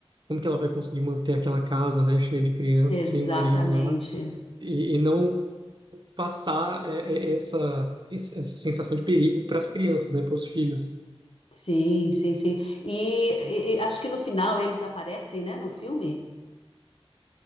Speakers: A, on the right; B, on the left.
A: como que ela vai conseguir manter aquela casa, né, cheia de crianças,
B: Exatamente.
A: sem o marido lá e, e não passar é, é, essa, esse- essa sensação de perigo para as crianças, né, para os filhos.
B: Sim, sim, sim. E, e- e acho que no final eles aparecem, né, no filme?